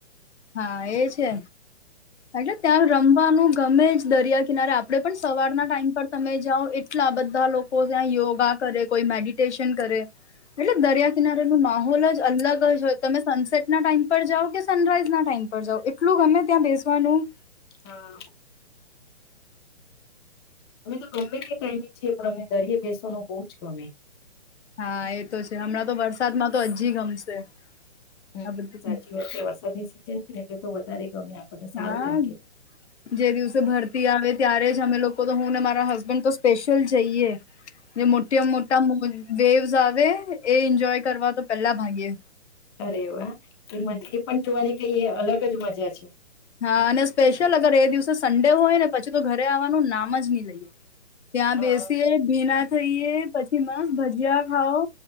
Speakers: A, on the left; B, on the left.
A: હા એ છે. એટલે ત્યાં રમવાનું ગમે જ દરિયા કિનારે આપડે પણ સવારના ટાઈમ પર તમે જાઓ એટલા બધા લોકો ત્યાં યોગા કરે કોઈ મેડિટેશન કરે એટલે દરિયા કિનારેનો માહોલ જ અલગ જ હોય તમે સનસેટના ટાઈમ પર જાઓ કે સનરાઈઝ ના ટાઈમ પર જાઓ એટલું ગમે ત્યાં બેસ સવાનું.
B: હા અમે તો ગમે તે ટાઈમી છીએ પણ અને દરયે બેસવાનું બોવ જ ગમે
A: હા એ તો છે હમણાં તો વરસાદમાં તો હજી ગમશે
B: હ
A: આ બધું
B: સાચી વાત છે વરસાદની સીઝન એટલે તો વધારે ગમે આપણને સારું
A: હા
B: લાગે
A: જે દિવસે ભરતી આવે ત્યારે જ અમે લોકો તો હું ને મારા હસબેન્ડ તો સ્પેશિયલ જઈએ. જે મોટા મોટા વેવસ આવે એ એન્જોય કરવા તો પેલા ભાગીએ.
B: અરે એ વા એ મજ પણ જોવાની કઈ અલગ જ મજા છે.
A: હા અને સ્પેશિયલ અગર એ દિવસે સન્ડે હોય ને પછી તો ઘરે આવવાનું નામ જ નહી લઈએ. ત્યાં
B: હા
A: બેસીએ ભીના થઈયે પછી મસ ભજીયા ખાાવ